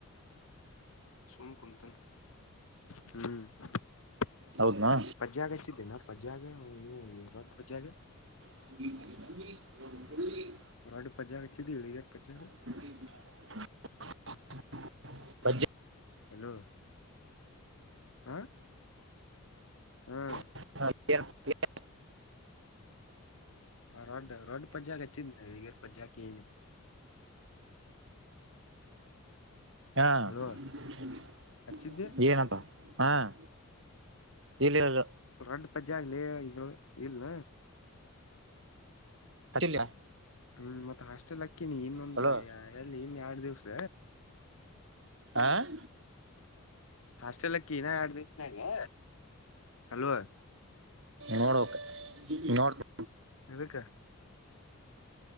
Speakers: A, on the left; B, on the right.
A: ಸುಮ್ ಕಂತನೀ ಹ್ಮ <unintelligible>
B: ಹೌದನಾ
A: ಪಜ್ಜ್ಯಾಗ ಹಚ್ಚಿದ್ದೇನ್ ಪಜ್ಜ್ಯಾಗ ಅಂವ್ ಇಂವ್ಗ್ ರೊಡ್ಡ ಪಜ್ಜ್ಯಾಗ.
B: <unintelligible> ತನ್ವಿ <unintelligible>
A: ರೊಡ್ಡ ಪಜ್ಜ್ಯಾಗ ಹಚ್ಚಿದ್ದಿ ಇಳಗೇರ್ ಪಜ್ಜ್ಯಾಗ.
B: <unintelligible> ಪಜ್ಜ್ಯ
A: ಹಲೋ ಆಂ ಹ್ಮ
B: <unintelligible>
A: ಆ ರೊಡ್ಡ್ ರೊಡ್ಡ್ ಪಜ್ಜ್ಯಾಗ ಹಚ್ಚಿದ್ನಿ ಇಳಿಗೇರ್ ಪಜ್ಜ್ಯಾಗ ಕೇಳೀನಿ.
B: ಟ್ಟಾ <unintelligible>
A: ಅಲ್ವ ಹಚ್ಚಿದ್ದೆ
B: ಏನಪಾ ಹಾಂ ಇಲ್ಲಿರುದ್
A: ರೊಡ್ಡ್ ಪಜ್ಜ್ಯಾಗಲೇ ಇದ್ರೋಳ್ಗ್ ಇಲ್ನ.
B: ಅತಿಲ್ಯಾ
A: ಹ್ಮ ಮತ್ ಹಾಸ್ಟೆಲ್ ಆಕ್ಕಿನಿ ಇನ್ನೊಂದ್
B: ಹಲೋ
A: ಎ ಎ ಎಲ್ಲಿ ಇನ್ನ ಯಾಡ್ ದಿವಸ
B: ಆಂ
A: ಹಾಸ್ಟೆಲ್ ಅಕ್ಕಿ ಇನ್ನ ಯಾಡ್ ದಿವಸನ್ಯಾಗ ಹಲೋ
B: ನೋಡಬೋಕ್ ನೋಡ್ತೆ
A: ಎದಕ್ಕ